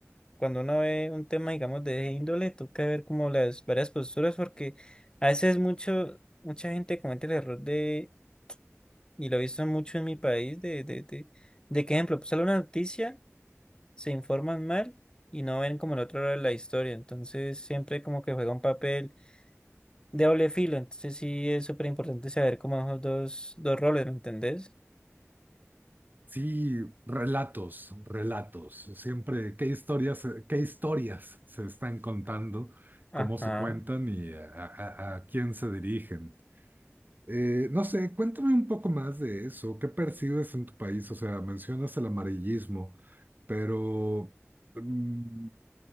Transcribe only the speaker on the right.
Sí, relatos, relatos. Siempre, ¿qué historias, qué historias se están contando?
¿Cómo se cuentan y a, a- a quién se dirigen? Eh, no sé, cuéntame un poco más de eso. ¿Qué percibes en tu país? O sea, mencionas el amarillismo, pero... mm,